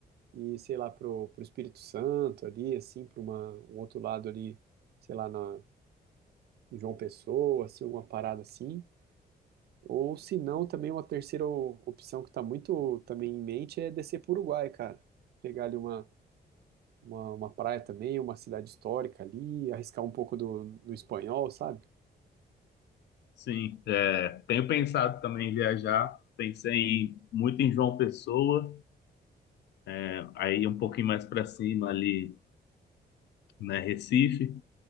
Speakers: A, on the right (about 70°); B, on the left (about 85°).
A: e, sei lá, pro, pro Espírito Santo ali, assim, para uma, um outro lado ali, sei lá, na, em João Pessoa, assim, alguma parada assim. Ou se não, também uma terceira o- opção que tá muito também em mente é descer pro Uruguai, cara. Pegar ali uma uma, uma praia também, uma cidade histórica ali, arriscar um pouco do, no espanhol, sabe?
B: Sim, é, tenho pensado também em viajar. Pensei em- muito em João Pessoa, é, aí um pouquinho mais para cima ali, né, Recife.